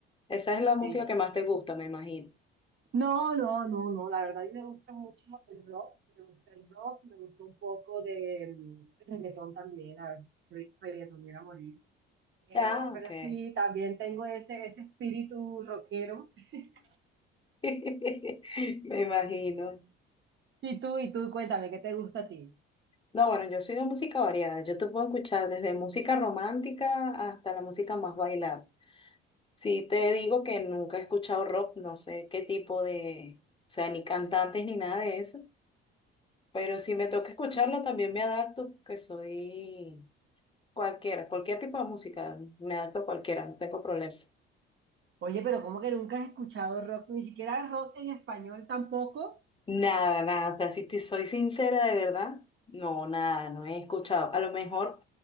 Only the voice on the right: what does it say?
Sí.
No, no, no, no, la verdad a mí me gusta mucho el rock, me gusta el rock, me gusta un poco de mm, reggaetón también, la verdad, soy reggaetonera a morir. Pero,
pero
sí, también tengo ese, ese espíritu rockero. <laughs>
Y tú, y tú, cuéntame, ¿qué te gusta a ti?
Oye, pero ¿cómo que nunca has escuchado rock? Ni siquiera rock en español tampoco.